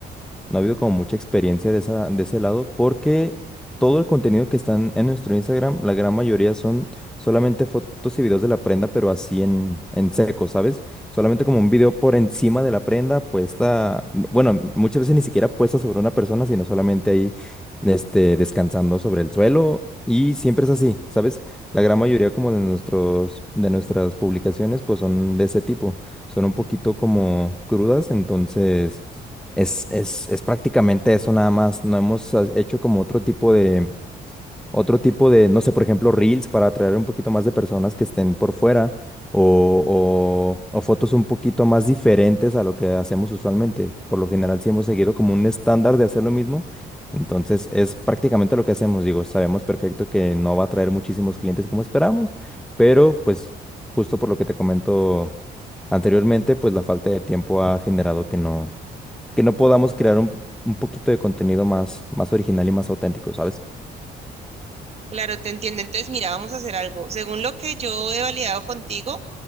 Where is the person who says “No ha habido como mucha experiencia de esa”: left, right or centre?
Centre